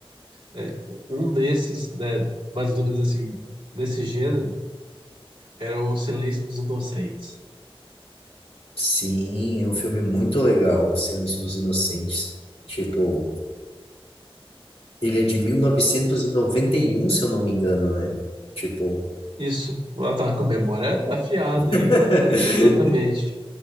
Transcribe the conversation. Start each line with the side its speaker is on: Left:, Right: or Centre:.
Right: é, um desses, né, mais ou menos assim, desse gênero, era O Silêncio dos Inocentes.
Left: Sim, é um filme muito legal, O Silêncio dos Inocentes. Tipo, ele é de mil novecentos e e noventa e um se eu não me engano, né? Tipo,
Right: Isso, ela tá com a memória afiada,
Left: <laughs>
Right: hein? Exatamente.